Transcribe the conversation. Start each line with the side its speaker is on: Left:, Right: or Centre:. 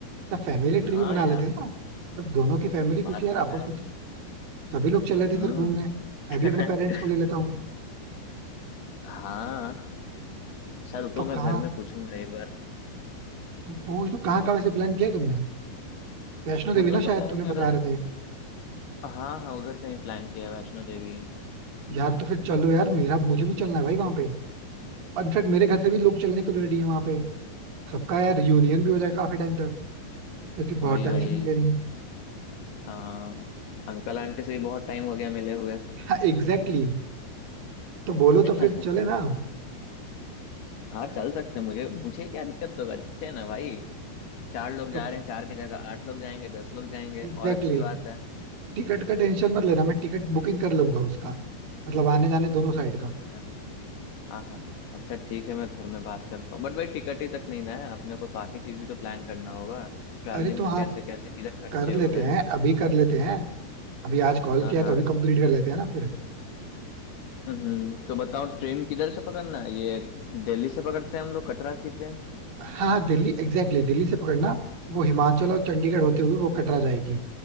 Right: तो फैमिली
Left: हाँ
Right: ट्रिप बना
Left: यार
Right: लेते हैं ना मतलब दोनों की फैमिली क्योंकि
Left: बात
Right: यार
Left: तो
Right: आपस
Left: है
Right: में तो सभी लोग चल रहे
Left: हम्म
Right: थे फिर घूमने
Left: <laughs>
Right: मैं भी अपने पेरेंट्स को ले लेता हूँ
Left: हाँ अच्छा रुको
Right: तो कहाँ
Left: मैं घर में पूछूंगा एक बार
Right: पूछ लो कहाँ का वैसे प्लान किया है तुमने वैष्णो देवी
Left: हम लोग
Right: ना
Left: तो
Right: शायद
Left: प्लान
Right: तुमने
Left: कर
Right: बता
Left: रहे
Right: रहे
Left: हैं
Right: थे
Left: हाँ हाँ उधर कहीं प्लान किया है, वैष्णो देवी
Right: यार तो फिर चलो यार मेरा मुझे भी चलना है भाई वहां पे इनफैक्ट मेरे घर से भी लोग चलने को रेडी है वहां पे सबका यार यूनियन भी हो जाएगा काफी टाइम तक क्योंकि
Left: वही
Right: बहुत टाइम
Left: वही
Right: से मिले नहीं
Left: हाँ अंकल आंटी से भी बहुत टाइम हो गया मिले हुए
Right: हाँ एग्जैक्टली exactly. तो बोलो
Left: <laughs>
Right: तो फिर चले ना
Left: हाँ चल सकते हैं, मुझे मुझे क्या दिक्कत होगा अच्छे है ना भाई चार लोग
Right: तो
Left: जा रहे हैं चार की जगह आठ लोग जाएंगे दस लोग जाएंगे
Right: एग्जैक्टली
Left: और अच्छी
Right: exactly.
Left: बात है
Right: टिकट का टेंशन मत लेना मैं टिकट बुकिंग कर लूंगा उसका मतलब आने जाने दोनों साइड का
Left: अच्छा हाँ हाँ अच्छा ठीक है मैं घर में बात करता हूँ बट भाई टिकट ही तक नहीं ना है अपने को बाकी चीज भी तो प्लान करना होगा ट्रैवलिंग
Right: अरे तो
Left: में
Right: हाँ
Left: कैसे कैसे किधर खर्चे
Right: कर
Left: हो
Right: लेते
Left: रहे
Right: हैं
Left: हैं
Right: अभी कर लेते हैं अभी आज कॉल
Left: हाँ
Right: किया
Left: हाँ
Right: तो अभी कंप्लीट कर लेते हैं ना फिर
Left: हम्म तो बताओ ट्रेन किधर से पकड़ना है ये दिल्ली से पकड़ते हैं हम लोग कटरा की ट्रेन
Right: हाँ हाँ, दिल्ली एग्जैक्टली exactly, दिल्ली से पकड़ना वो हिमाचल और चंडीगढ़ होते हुए वो कटरा जाएगी